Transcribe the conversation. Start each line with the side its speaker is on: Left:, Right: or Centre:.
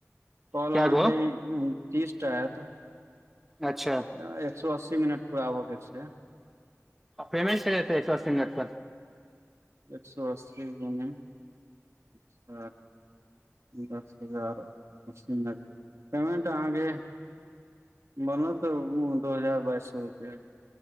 Right: कल
Centre: कै
Right: अहाँकेँ
Centre: गो
Right: तीसटा हत
Centre: अच्छा।
Right: एमे एक सो अस्सी मिनट पूरा बय के छै
Centre: पेमेट करेयतै ससरिर
Right: एक सऽ अस्सी गुने सात दस हजारसी मिनट पेमेन्ट अहाँकेँ बोल तऽ दो हजार बाइस सौ रुपया।